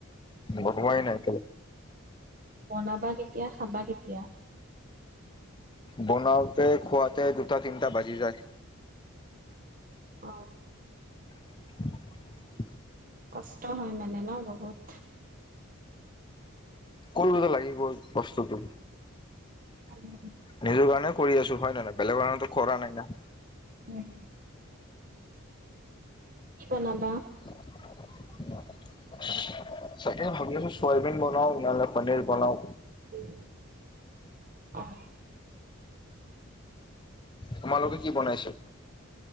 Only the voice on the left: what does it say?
বনোৱাই নাই।
বনাওঁতে খোৱাতে দুটা তিনটা বাজি যায়।
<unintelligible>
কোনটোলে লাগি গ'ল বস্তুটো।
নিজৰ কাৰণে কৰি আছোঁ, হয় নহয় না বেলেগ কাৰণেটো কৰা নাই না।
<unintelligible> তাকে ভাবি আছোঁ চয়াবিন বনাও নহ'লে পনীৰ বনাও।
তোমালোকে কি বনাইছা?